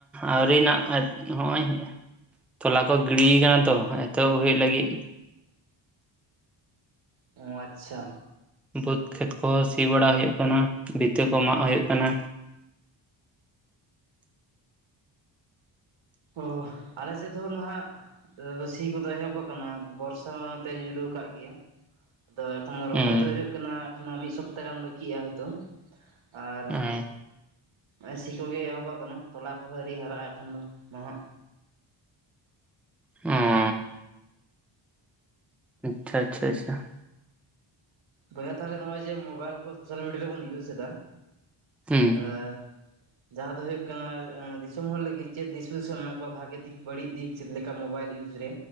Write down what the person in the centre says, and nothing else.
ᱟᱹᱣᱨᱤ ᱱᱟᱜ <unintelligible> ᱦᱚᱸᱜᱼᱚᱭ, ᱛᱚᱞᱟ ᱠᱚ ᱜᱤᱰᱤᱭ ᱠᱟᱱᱟ ᱛᱚ ᱮᱛᱚᱦᱚᱵ ᱦᱩᱭᱩᱜ ᱞᱟᱹᱜᱤᱫ,
ᱵᱟᱹᱫᱽ ᱠᱷᱮᱛ ᱠᱚ ᱥᱤ ᱵᱟᱲᱟ ᱦᱩᱭᱩᱜ ᱠᱟᱱᱟ ᱵᱷᱤᱛᱟᱹ ᱠᱚ ᱢᱟᱜ ᱦᱩᱭᱩᱜ ᱠᱟᱱᱟ,
ᱦᱩᱸ
ᱦᱮᱸ
ᱚᱸ ᱪᱷᱟ ᱪᱷᱟ ᱪᱷᱟ,
ᱦᱩᱸ